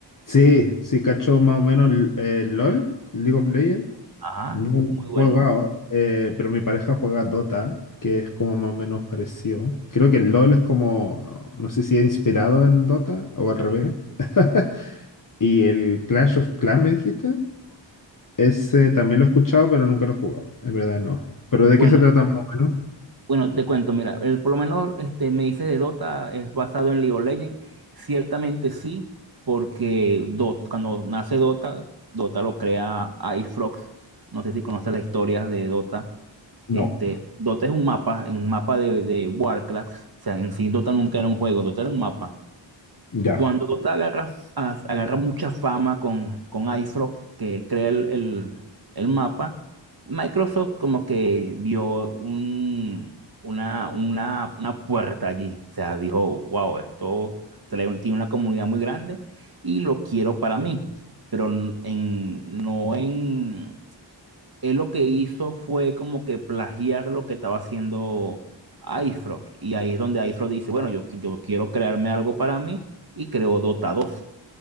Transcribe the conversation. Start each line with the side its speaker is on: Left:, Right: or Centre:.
Left: Sí, sí, cacho más o menos el- el LOL, League of Legends.
Right: Ajá,
Left: No no
Right: muy
Left: he
Right: bueno.
Left: jugado, eh, pero mi pareja juega Dota, que es como más o menos parecido. Creo que el LOL es como, no sé si es inspirado en Dota o al revés. <laughs> Y el Clash of Clans, me dijiste, ese también lo he escuchado, pero nunca lo he jugado. Es verdad, no. ¿Pero de
Right: Bueno,
Left: qué se trata más o menos?
Right: Bueno, te cuento, mira, el, por lo menos este, me dices de Dota, es basado en League of Legends. Ciertamente sí, porque Dota, cuando nace Dota, Dota lo crea Icefrog. No sé si conoces las historias de Dota.
Left: No,
Right: Este, Dota es un mapa, un mapa de, de Warcraft. O sea, en sí Dota nunca era un juego, Dota era un mapa.
Left: ya.
Right: Cuando Dota agarra, a- agarra mucha fama con, con iFrog, que él crea el, el- el mapa, Microsoft como que vio un, una, una, una puerta allí. O sea, dijo, wow, esto trae- tiene una comunidad muy grande y lo quiero para mí, pero n- en, no en él lo que hizo fue como que plagiar lo que estaba haciendo iFrog. Y ahí es donde iFrog dice, bueno, yo, qui- yo quiero crearme algo para mí y creó Dota 2.